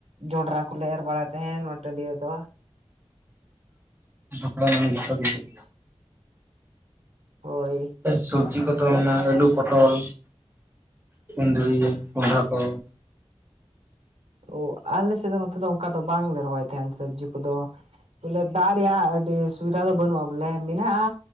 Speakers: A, on the right; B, on the right.
A: ᱡᱚᱱᱰᱨᱟ ᱠᱚᱞᱮ ᱮᱨ ᱵᱟᱲᱟᱭ ᱛᱟᱦᱮᱸᱱ ᱱᱚᱣᱟ ᱴᱟᱺᱰᱤ ᱨᱮᱫᱚ᱾
B: <inaudible> ᱢᱟᱱᱮ ᱡᱚᱛᱚ ᱜᱮ ᱦᱩᱭᱩᱜ᱾
A: ᱦᱳᱭ
B: ᱥᱚᱵᱡᱤ ᱠᱚᱫᱚ ᱢᱮᱱᱟᱜᱼᱟ ᱟᱹᱞᱩ ᱯᱚᱴᱚᱞ᱾ ᱠᱩᱸᱫᱽᱨᱤ ᱠᱚᱱᱰᱷᱟ ᱠᱚ᱾
A: ᱚ ᱟᱞᱮ ᱥᱮᱫ ᱫᱚ ᱱᱚᱛᱮ ᱫᱚ ᱚᱱᱠᱟ ᱫᱚ ᱵᱟᱝᱞᱮ ᱨᱚᱦᱚᱭ ᱛᱟᱦᱮᱱ ᱥᱚᱵᱽᱡᱤ ᱠᱚᱫᱚ᱾ ᱵᱚᱞᱮ ᱫᱟᱜ ᱨᱮᱭᱟᱜ ᱟᱹᱰᱤ ᱥᱩᱵᱤᱫᱷᱟ ᱫᱚ ᱵᱟᱹᱱᱩᱜᱼᱟ, ᱵᱚᱞᱮ ᱢᱮᱱᱟᱜᱼᱟ